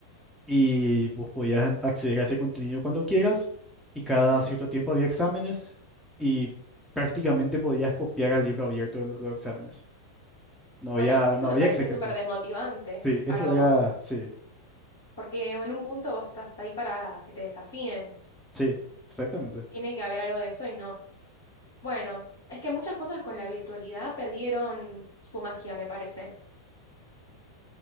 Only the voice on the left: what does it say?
mm.
Bueno,
eso
me
parece
súper desmotivante
para
vos,
porque en un punto vos estás ahí para que te desafíen.
Tiene que haber algo de eso y no. Bueno, es que muchas cosas con la virtualidad perdieron su magia, me parece.